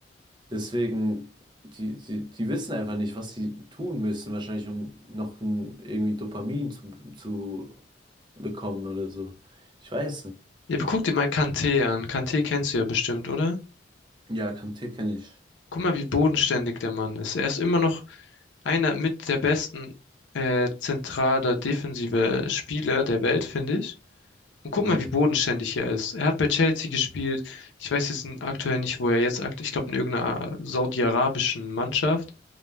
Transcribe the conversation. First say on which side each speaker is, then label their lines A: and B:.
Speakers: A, on the right; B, on the left.
A: Deswegen, die, die, die wissen einfach nicht, was sie tun müssen, wahrscheinlich, um noch ein, irgendwie Dopamin zu, zu bekommen oder so. Ich weiß nicht.
B: Ja, aber guck dir mal Kanté an. Kanté kennst du ja bestimmt, oder?
A: Ja, Kanté kenne ich.
B: Guck mal, wie bodenständig der Mann ist. Er ist immer noch einer mit der besten äh, zentraler defensive Spieler der Welt, finde ich. Und guck
A: Mhm.
B: mal, wie bodenständig er ist. Er hat bei Chelsea gespielt. Ich weiß jetzt n- aktuell nicht, wo er jetzt aktuell, ich glaube in irgendeiner äh, saudi-arabischen Mannschaft